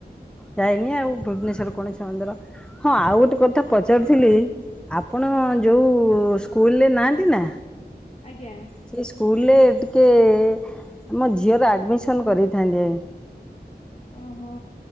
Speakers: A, in the centre; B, on the left (about 35°).
A: ଯାଇନି ଆଉ ଭୁବନେଶ୍ଵର କୌଣସି ମନ୍ଦିର। ହଁ ଆଉ ଗୋଟେ କଥା ପଚାରୁଥିଲି ଆପଣ ଯୋଉ ସ୍କୁଲରେ ନାହାଁନ୍ତି ନା
B: ଆଜ୍ଞା।
A: ସେଇ ସ୍କୁଲରେ ଟିକେ ଆମ ଝିଅର ଆଡ଼ମିସନ୍ କରେଇଥାନ୍ତି ଯାଇଁ।
B: ଅ ହୋ।